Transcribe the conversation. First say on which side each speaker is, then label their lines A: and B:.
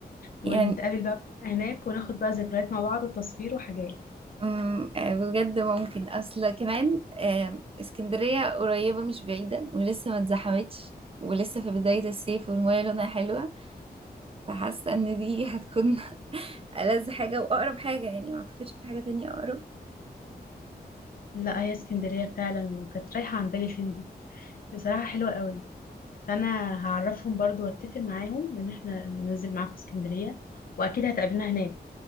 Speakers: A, on the right; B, on the left.
A: يعني
B: ونتقابل بقى كلنا هناك وناخد بقى ذكريات مع بعض وتصوير وحاجات
A: أم، آه، بجد ممكن اصل كمان آم، اسكندرية قريبة مش بعيدة ولسه ما اتزحمتش ولسه في بداية الصيف والمية لونها حلوة فحاسة ان دي هتكون <laughs> ألذ حاجة وأقرب حاجة يعني ما اعتقدش في حاجة تانية أقرب
B: لا هي اسكندرية فعلا وكانت رايحة عن بالي فين دي بصراحة حلوة قوي فانا هعرفهم برضو واتفق معاهم ان احنا ننزل معاكم اسكندرية واكيد هتقابلنا هناك